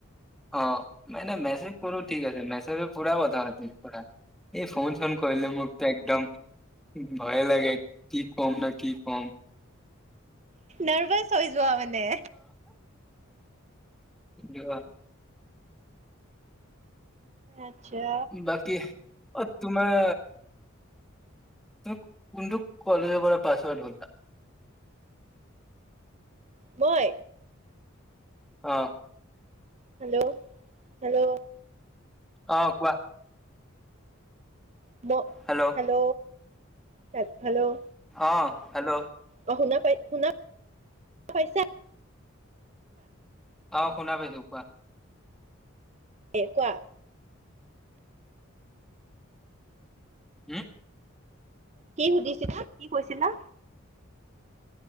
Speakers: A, in the centre; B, on the right (about 30°).
A: অ মানে মেছেজ কৰো ঠিক আছে মেছেজৰ পোৰা কথা পাতি পোৰা। এই ফোন চোন কৰিলে মোকতো একদম ভয়ে লাগে কি কম ন কি কম।
B: নাৰ্ভাচ হৈ যোৱা মানে?
A: যোৱা
B: আচ্ছা।
A: বাকী অ তোমাৰ তুমি কোনটো কলেজৰ পৰা পাছৱাউট হ'লা?
B: মই?
A: অহ।
B: Hello hello.
A: অ' কোৱা।
B: ব
A: হেল্ল'।
B: Hello hello hello.
A: অ' হেল্ল'।
B: অ', শুনা পাই শুনা পাইছা?
A: অ' শুনা পাইছো কোৱা?
B: এ কোৱা?
A: উম।
B: কি সুধিছিলা কি কৈছিলা?